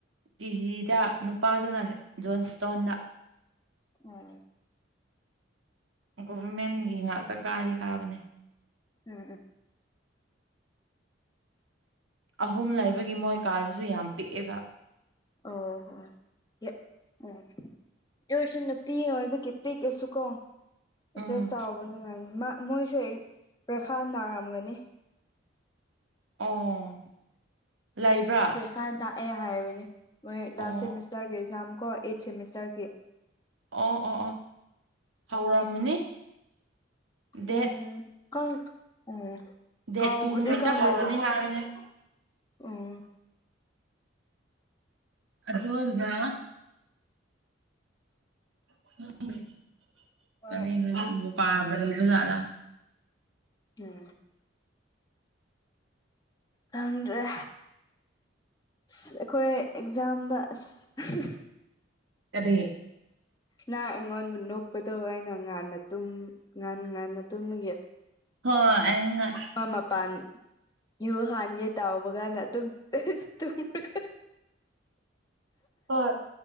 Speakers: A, on the right; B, on the left.
A: ꯇꯤꯖꯤꯗ ꯅꯨꯄꯥꯗꯨꯅ ꯖꯣꯟ ꯁꯇ꯭ꯣꯟꯗ꯫
B: ꯑꯣ꯫
A: ꯒꯣꯚꯔꯃꯦꯟꯒꯤ ꯉꯥꯛꯇ ꯀꯥꯗꯤ ꯀꯥꯕꯅꯦ꯫
B: ꯎꯝ ꯎꯝ꯫
A: ꯑꯍꯨꯝ ꯂꯩꯕꯒꯤ ꯃꯣꯏ ꯀꯥꯗꯁꯨ ꯌꯥꯝ ꯄꯤꯛꯑꯦꯕ꯫
B: ꯑꯣ ꯍꯣ ꯌꯥ ꯑꯣ꯫ ꯗꯨ ꯑꯣꯏꯔꯁꯨ ꯅꯨꯄꯤ ꯑꯣꯏꯕꯒꯤ ꯄꯤꯛꯔꯁꯨꯨ ꯀꯣ꯫ ꯑꯦꯗꯖꯁ
A: ꯎꯝ
B: ꯇꯧꯕ ꯅꯨꯡꯉꯥꯏꯅꯤ ꯃꯥ ꯃꯣꯏꯁꯨ ꯑꯩ ꯄ꯭ꯔꯈꯥ ꯅꯥꯔꯝꯒꯅꯤ꯫
A: ꯑꯣ ꯂꯩꯕ꯭ꯔꯥ꯫
B: ꯏꯈꯥꯟ ꯂꯥꯛꯑꯦ ꯍꯥꯏꯕꯅꯦ ꯃꯣꯏ ꯂꯥꯁ
A: ꯑꯣ
B: ꯁꯦꯃꯤꯁꯇꯔꯒꯤ ꯑꯦꯛꯖꯥꯝ ꯀꯣ ꯑꯩꯠ ꯁꯦꯃꯤꯁꯇꯔꯒꯤ꯫
A: ꯑꯣ ꯑꯣ ꯑꯣ ꯍꯧꯔꯝꯃꯅꯤ ꯗꯦꯠ
B: ꯎꯝ ꯈꯪ ꯑꯣ
A: ꯗꯦꯠ
B: ꯍꯥꯎꯕꯗꯤ
A: ꯇꯨ ꯅꯨꯃꯤꯠꯇ
B: ꯈꯪꯗꯦ ꯑꯗꯨ꯫
A: <unintelligible>
B: ꯎꯝ
A: ꯑꯗꯣꯜꯒ <unintelligible>
B: ꯍꯣꯏ
A: ꯄꯥꯕ ꯂꯩꯕꯖꯥꯠꯂ꯫
B: ꯎꯝ꯫ ꯈꯪꯗ꯭ꯔꯦ꯫ ꯑꯁ ꯑꯩꯈꯣꯏ ꯑꯦꯛꯖꯥꯝꯗ ꯑꯁ꯫
A: ꯀꯔꯤ꯫
B: ꯅꯪ ꯑꯩꯉꯣꯟꯕꯨ ꯅꯣꯛꯄꯗꯣ ꯑꯩꯅ ꯉꯥꯟꯅ ꯇꯨꯝ ꯉꯟ ꯉꯟꯅ ꯇꯨꯝꯕꯒꯤ꯫
A: ꯍꯣꯏ ꯑꯩꯉ--꯫
B: ꯄ ꯃꯄꯥꯟ ꯌꯨ ꯍꯥꯟꯒꯦ ꯇꯥꯎꯕ ꯒꯥꯟꯗ ꯑꯗꯨꯝ ꯇꯨꯝꯔꯒ
A: ꯍꯣꯏ